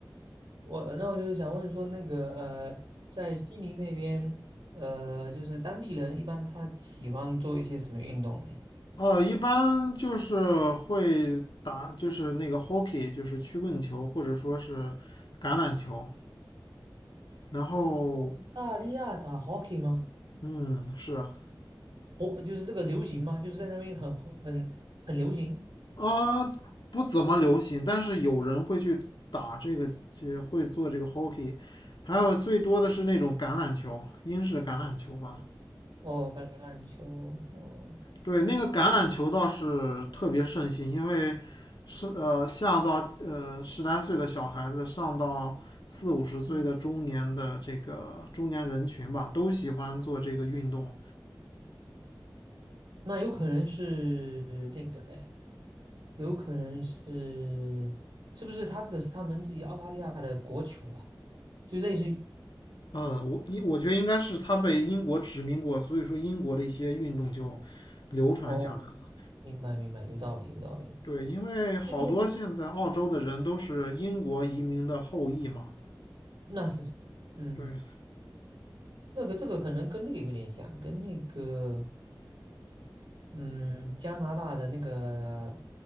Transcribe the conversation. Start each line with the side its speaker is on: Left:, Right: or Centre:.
Right: 我那我就是想问说，那个呃，在悉尼那边，呃，就是当地人一般他喜欢做一些什么运动呢？
Left: 呃，一般就是会打，就是那个 hockey，就是曲棍球，或者说是橄榄球。然后，
Right: 澳大利亚打 hockey 吗？
Left: 嗯，是啊，
Right: 火就是这个流行吗？就是在那边很很很流行
Left: 呃不怎么流行，但是有人会去打这个，也会做这个 hockey。还有最多的是那种橄榄球，英式橄榄球吧。
Right: 哦，橄榄球，哦，
Left: 对，那个橄榄球倒是特别盛行，因为是呃下到呃十来岁的小孩子，上到四五十岁的中年的这个中年人群吧，
Right: 嗯，
Left: 都喜欢做这个运动。
Right: 那有可能是那个嘞，有可能是是不是他这个是他们自己澳大利亚的国球啊？就类似于
Left: 呃，我我觉得应该是他被英国殖民过，所以说英国的一些运动就流传下来了。
Right: 哦，明白明白，有道理有道理，
Left: 对，因为好多现在澳洲的人都是英国移民的后裔嘛。
Right: 就类那是嗯。
Left: 对，
Right: 这个这个可能跟那个有点像，跟那个嗯加拿大的那个